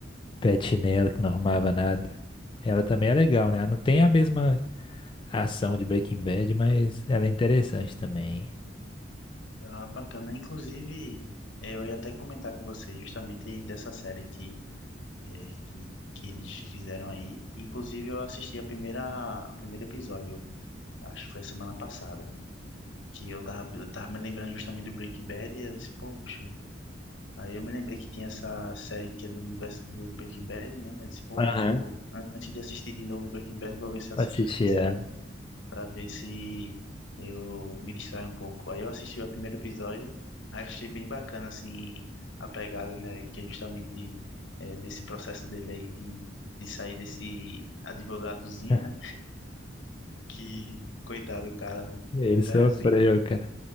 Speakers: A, on the left; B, on the left.
A: pé de chinelo, que não arrumava nada. Ela também é legal, né? Ela não tem a mesma ação de Breaking Bad, mas ela é interessante também.
B: Ah, bacana. Inclusive, eh, eu ia até comentar com você justamente dessa série que, eh, que, que eles fizeram aí. Inclusive, eu assisti a primeira, o primeiro episódio, acho que foi a semana passada, que eu tava, eu tava me lembrando justamente do Breaking Bad e eu disse, pô, bicho, Aí eu me lembrei que tinha essa série que é do universo do Breaking Bad, né? Eu disse, pô,
A: Aham.
B: eu vou. an- Antes de assistir de novo Breaking Bad, vou ver se
A: Pra
B: eu assisto
A: Assistir
B: essa série,
A: ela.
B: pra ver se eu me distraio um pouco. Aí eu assisti o primeiro episódio, aí eu achei bem bacana, assim, a pegada, né? Que é justamente é, desse processo dele aí de, de sair desse advogadozinho,
A: <laughs>
B: né? Que, coitado, do cara, velho,
A: Ele
B: muita
A: sofreu,
B: resenha.
A: cara.